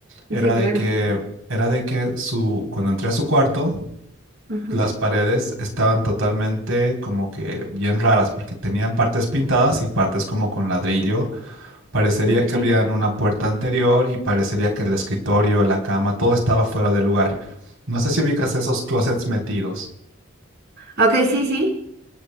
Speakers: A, on the right (about 85°); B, on the right (about 55°).
A: Era
B: Sí, claro.
A: de que, era de que su, cuando entré a su cuarto,
B: Ujú,
A: las paredes estaban totalmente como que bien raras, porque tenían partes pintadas y partes como con ladrillo Parecería
B: Ok.
A: que había una puerta anterior y parecería que el escritorio, la cama, todo estaba fuera de lugar. No sé si ubicas esos closets metidos,
B: Ok, sí, sí.